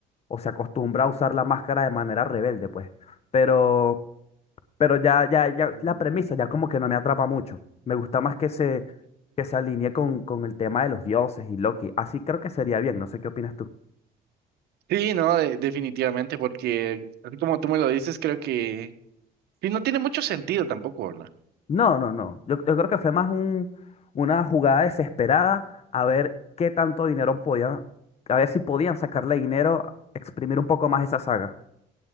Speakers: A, on the left; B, on the right.
A: o se acostumbra a usar la máscara de manera rebelde, pues. Pero, pero ya, ya, ya
B: Mm.
A: la premisa ya como que no me atrapa mucho. Me gusta más que se, que se alinee con, con el tema de los dioses y Loki. Así creo que sería bien, no sé qué opinas tú.
B: Sí, no, de- definitivamente, porque así como tú me lo dices, creo que sí, no tiene mucho sentido tampoco, ¿verdad?
A: No, no, no. Yo, yo creo que fue más un, una jugada desesperada a ver qué tanto dinero podían, a ver si podían sacarle dinero, exprimir un poco más esa saga.